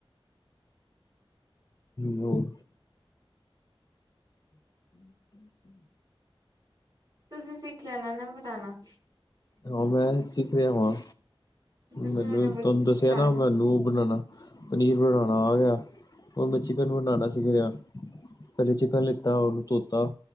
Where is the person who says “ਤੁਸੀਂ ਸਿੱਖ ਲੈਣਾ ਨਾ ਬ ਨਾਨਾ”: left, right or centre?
Right